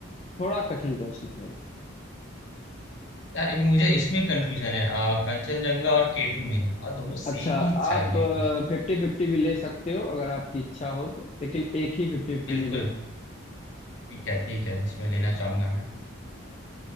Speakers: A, on the left (about 30°); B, on the left (about 60°).
A: थोड़ा कठिन प्रश्न है
B: यार मुझे इसमें कंफ्यूजन है अ, कंचनजंगा और केटू में है और दोनों सेम
A: अच्छा
B: ही
A: आप
B: शायद मेरे को लगता
A: फिफ्टी फिफ्टी भी ले सकते हो अगर आपकी इच्छा हो तो लेकिन एक ही फिफ्टी फिफ्टी
B: बिल्कुल
A: मिलेगा
B: ठीक है ठीक है इसमें लेना चाहूंगा मैं